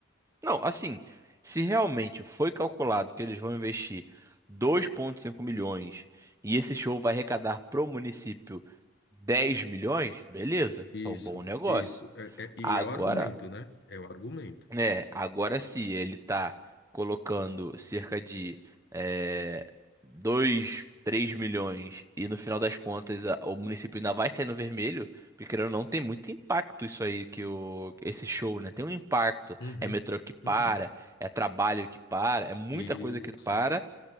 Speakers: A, on the right; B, on the left.
A: Não, assim, se realmente foi calculado que eles vão investir dois vírgula cinco milhões e esse show vai arrecadar pro município 10 milhões, beleza, foi um
B: Isso,
A: bom negócio.
B: isso. É- é-
A: Agora
B: e é o argumento, né? É o argumento.
A: é, agora se ele tá colocando cerca de é, 2, 3 milhões e no final das contas a- o município ainda vai sair no vermelho, porque querendo ou não tem muito impacto isso aí que o, esse show, né? Tem um impacto.
B: Uhum,
A: É metrô que para,
B: uhum.
A: é trabalho que para, é muita
B: Isso.
A: coisa que para